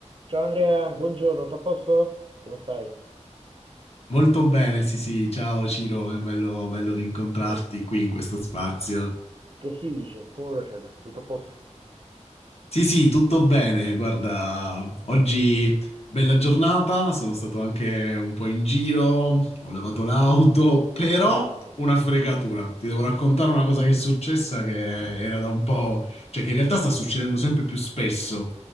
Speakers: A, on the right; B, on the left.
A: Ciao Andrea, buongiorno, tutto a posto? Come stai?
B: Molto bene, sì, sì, ciao Ciro, è bello, bello rincontrarti
A: Che,
B: qui in questo spazio.
A: che si dice? Come procede? Tutto a posto?
B: Sì, sì, tutto bene. Guarda, oggi bella giornata, sono stato anche un po' in giro, ho lavato l'auto, però
A: Dai, un attimo.
B: una fregatura. Ti devo raccontare una cosa che è successa che era da un po', cioè che in realtà sta succedendo sempre più spesso.